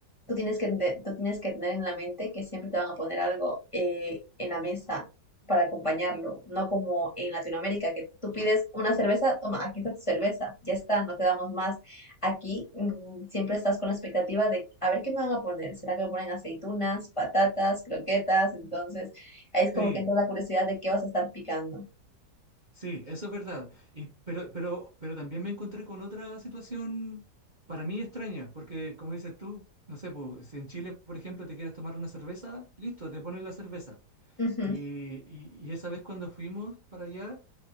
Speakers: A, on the left; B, on the right.
A: tú tienes que, te- tú tienes que tener en la mente que siempre te van a poner algo eh, en la mesa para acompañarlo, no como en Latinoamérica, que tú pides una cerveza, toma, aquí está tu cerveza, ya está, no te damos más. Aquí mm, siempre estás con la expectativa de a ver qué me van a poner, ¿será que me ponen aceitunas, patatas, croquetas? Entonces, ahí es como
B: sí,
A: que entra la curiosidad de qué vas a estar picando.
B: sí, eso es verdad. Y, pero, pero, pero también me encontré con otra situación para mí extraña, porque como dices tú, no sé, pues, si en Chile, por ejemplo, te quieres tomar una cerveza, listo, te ponen la cerveza.
A: Ujú,
B: Y, y, y esa vez cuando fuimos para allá...